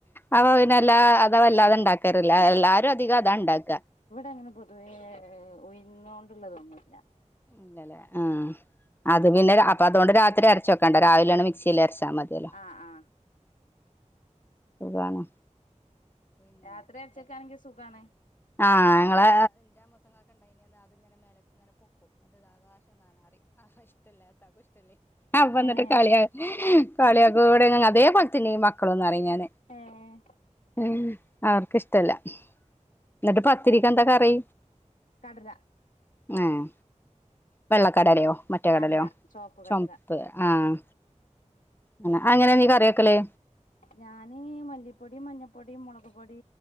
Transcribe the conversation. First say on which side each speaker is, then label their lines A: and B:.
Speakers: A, on the left (about 15°); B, on the left (about 85°).
A: അപ്പോ പിന്നെ ലാ അതല്ല ഉണ്ടാക്കാറില്ല. എല്ലാരും അധികം അതാ ഉണ്ടാക്ക
B: ങ്ങനെ പൊതുവേ ഉഴുന്നോണ്ടുള്ളതൊന്നുല്ല.
A: ഇല്ലല്ലേ ആ അത് പിന്നെ അപ്പ തുണ്ട് രാത്രി അരച്ചുവെക്കണ്ട രാവിലെയാണ് മിക്സില് അരച്ചാ മതി
B: ആഹ് ആഹ്
A: സുഖാണോ
B: രാത്രിയരച്ചുക്കാണെങ്കിൽ സുഖാണ്
A: ഞങ്ങള് അവൻ വന്നിട്ട്
B: ഏഹ്
A: കളിയാ കളിയാക്കോട്ങ്ങ അതെ പ തിനിം മക്കളൊന്ന് അറിഞ്ഞാൻ
B: ഏഹ്
A: ണ് ഉം അവർക്ക് ഇഷ് ത്തല്ല എന്നിട്ട് പത്തിരിക്ക് എന്താ കറി
B: കടല
A: ഏഹ് വെള്ളക്കടലയോ മറ്റേ കടലയോ
B: അല്ല ചോപ്പ്
A: ചൊമപ്പ്
B: കടല
A: ആഹ് <unintelligible> അങ്ങനെ നീ കറി വെക്കല്
B: ഞാന് മല്ലിപ്പൊടി മഞ്ഞപ്പൊടി മുളകുപൊടി